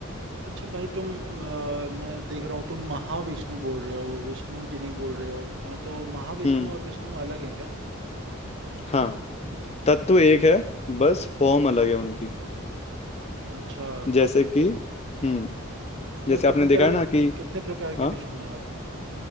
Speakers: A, on the right; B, on the left.
A: अच्छा भाई तुम अ, मैं देख रहा हूँ तुम महाविष्णु बोल रहे हो विष्णु जी नहीं बोल रहे हो हाँ, तो महाविष्णु
B: हम्म
A: और विष्णु अलग हैं क्या
B: हाँ तत्व एक है बस फॉर्म अलग है उनकी
A: अच्छा
B: जैसे कि हम्म जैसे
A: और
B: आपने
A: कितने
B: देखा
A: तरह
B: है ना कि
A: कितने प्रकार
B: हाँ
A: के विष्णु हैं और